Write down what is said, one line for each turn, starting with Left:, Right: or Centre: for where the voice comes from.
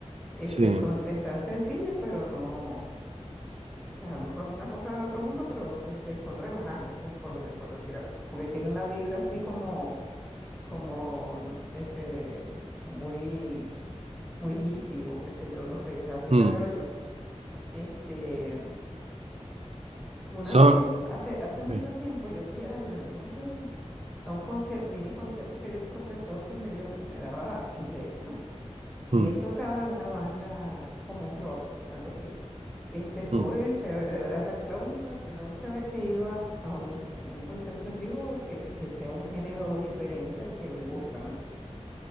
Centre: Este,
Right: sí.
Centre: son, están sencillos, pero no, o sea, no son una cosa del otro mundo, pero este, son relajantes, pues, por, de- por decir algo. Porque tiene una vibra así como, como, este, muy, muy hippie o qué sé yo, no sé, así
Right: mm,
Centre: la veo yo. Este, una
Right: son.
Centre: vez, hace, hace mucho
Right: sí,
Centre: tiempo, yo fui al, ¿cómo se llama? A un concierto, mini concierto que dio un profesor que me dio, me daba inglés, ¿no? y
Right: mm,
Centre: él tocaba en una banda como un rock, algo así. Este, estuvo
Right: mm,
Centre: bien chévere, de verdad, es la, la única, la única vez que he ido a, a un, un concierto en vivo que, que sea un género diferente al que me gusta, ¿no?